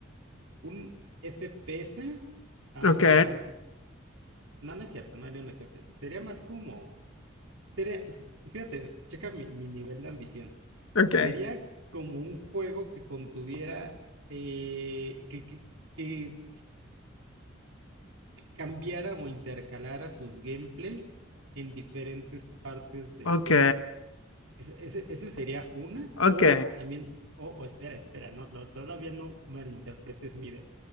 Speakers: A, on the right; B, on the left.
A: un FPS. ah,
B: Ok,
A: no, no es cierto, no haría un FPS, sería más como Sería, s- fíjate, checa mi, mi nivel de ambición.
B: ok,
A: Sería como un juego que contuviera, eh, que, que, que- que cambiara o intercalara sus gameplays en diferentes partes del
B: ok,
A: juego. Ese, ese- ese sería una,
B: ok.
A: o también, o, o espera, espera, no, no, todavía no malinterpretes mi idea.